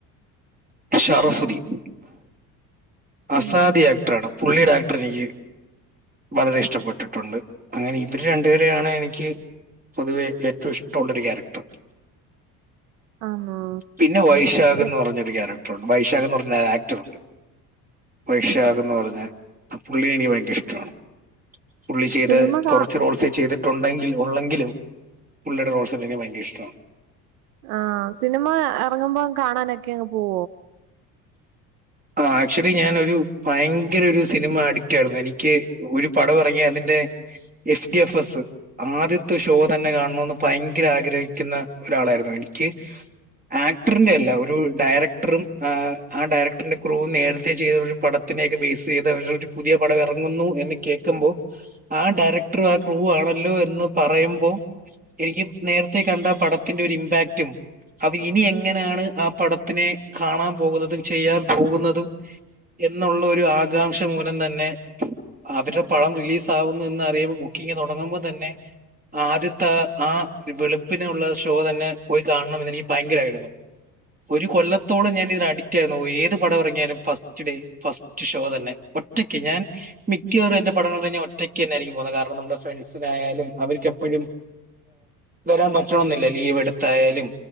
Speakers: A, on the right; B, on the right.
A: ഷറഫുദീൻ <inaudible> അസാദി
B: ഉം
A: ആക്ടറണ് പുള്ളിയുടെ ആക്ട് പ്രിയ് വളരേ ഇഷ് ഇഷ്ട്ടപ്പെട്ടിട്ടുണ്ട് അങ്ങനെ ഇവര് രണ്ടുപേരെയാണ് എനിക്ക് പൊതുവേ ഏറ്റവും ഇഷ്ട്ടൊള്ളൊരു കാരക്റ്റർ.
B: ആന്നോ
A: പിന്നെ വൈശാഖ്
B: സി
A: എന്ന് പറഞ്ഞൊരു കാരക്റ്ററുണ്ട് വൈശാഖ് എന്ന് പറ ആക്ടറുണ്ട് വൈഷാകന്ന് പറഞ്ഞ. ആ പുള്ളിയേ എനിക്ക് ഭയങ്കര ഇഷ്ടമാണ് പുള്ളി ചെയ്ത
B: സിനിമ കാ
A: കൊറച്ച് റോൾസേ ചെയ്തിട്ടു ണ്ടകിലും ഒള്ളെങ്കിലും പുള്ളിടെ റോൾസ് എനിക്ക് ഭയങ്കര ഇഷ്ടമാണ്
B: ആഹ് സിനിമ ഇറങ്ങുമ്പോ കാണാനൊ ക്കെ പോവോ
A: ആ ആക്ച്വലി ഞാനൊരു ഭയങ്കര ഒരു സിനിമ അടി റ്റായിരുന്നു എനിക്ക് ഒരു പടം എറങ്ങിയ അതിന്റെ എഫ് ഡി എഫ് എസ്. ആദ്യത്തെ ഷോ തന്നെ കാണോന്ന് ഭയങ്കര ആഗ്രഹാ നിക്കുന്ന ഒരാളായിരുന്നു എനിക്ക് ആക്ടറിന്റെ അല്ല ഒരു ഡയറക്ടറും ആ ഡയറക്റ്റ് പിന്നെ ക്രൂ നേരത്തെ ചെയ്ത ഒരു പടത്തിനെയൊക്കെ ബേസ് ചെയ്ത ഒരു പുതിയ പടം എറങ്ങുന്നു എന്ന് കേൾക്കുമ്പോ ആ ഡയറക്ടറും ആ ക്രൂവും ആണല്ലോ എന്ന് പറയുമ്പോൾ എനിക്ക് നേരത്തെ കണ്ട പടത്തിന്റെ ഒരു ഇമ്പാക്റ്റും അവർ ഇനി എങ്ങനെയാണ് ആ പടത്തിനെ കാണാൻ പോകുന്നതും ചെയ്യാൻ പോകുന്നതും എന്നുള്ള ഒരു ആകാംക്ഷ മൂലം തന്നെ അവരുടെ പടം റിലീസ് ആകുന്നു എന്ന് അറിയുമ്പോൾ ബുക്കിംഗ് തുടങ്ങുമ്പോൾ തന്നെ ആദ്യത്തെ ആ വെളുപ്പിനേഒള്ള ഷോ തന്നെ പോയി കാണണം എന്ന് എനിക്ക് ഭയങ്കര ആഗ്രഹാരുന്നു ഒരു കൊല്ലത്തോളം ഞാൻ ഇതിന് അഡിക്റ്റ് ആയിരുന്നു ഏത് ത് പടം എറങ്ങിയാലും ഫസ്റ്റ് ഡേ ഫസ്റ്റ് ഷോ തന്നെ ഒറ്റക്ക് ഞാൻ മിക്കാറും എന്റെ പടങ്ങൾ ഞാൻ ഒറ്റക്ക് തന്നെയായിരിക്കും പോകുന്നത് കാരണം നമ്മുടെ ഫ്രണ്ട്സിനായാലും അവർക്ക് എപ്പഴും വരാൻ പറ്റണെന്നില്ല ലീവ് എടുത്തായാലും